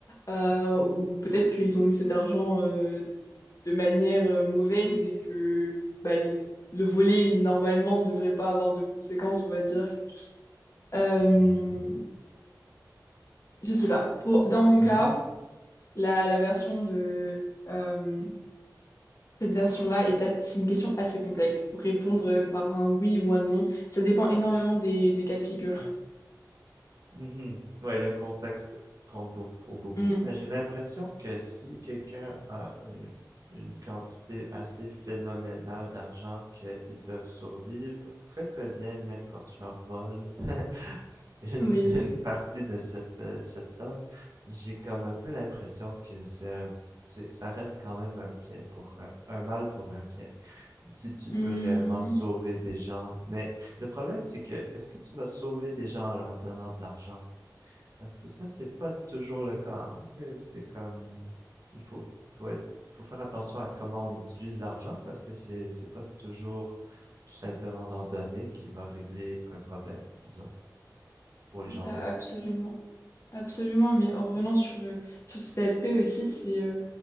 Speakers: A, on the left (about 45°); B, on the right (about 55°).
A: Euh, ou peut-être qu'ils ont eu cet argent euh, de manière euh, mauvaise et que bah, le le voler, normalement, ne devrait pas avoir de conséquences, on va dire. Euh,
B: mhm.
A: Je sais pas. Pour, dans mon
B: Ouais,
A: cas, la, la version de euh, cette version-là est, a- c'est une question assez complexe pour répondre euh, par un oui ou un non. Ça dépend énormément des, des cas de figure.
B: Mhm. Ouais, le contexte compte beau- pour beaucoup,
A: Hmm,
B: mais j'ai l'impression que si quelqu'un a une, une quantité assez phénoménale d'argent qu'ils peuvent survivre très très bien, même quand tu leur voles <laughs> une,
A: oui.
B: une partie de cette, euh, cette somme, j'ai comme un peu l'impression que c'est un, c'est- ça reste quand même un bien pour un, un mal pour un bien. Si tu
A: Hmm,
B: peux réellement sauver des gens, mais le problème c'est que est-ce que tu vas sauver des gens en leur donnant de l'argent? Parce que ça, c'est pas toujours le cas, hein. C'est c'est comme, il faut, faut être, faut faire attention à comment on utilise l'argent parce que c'est, c'est pas toujours tout simplement d'en donner qui va régler un problème, disons, pour les gens
A: ça,
B: pauvres.
A: absolument. Absolument. Mais en revenant sur, euh, sur cet aspect aussi, c'est euh,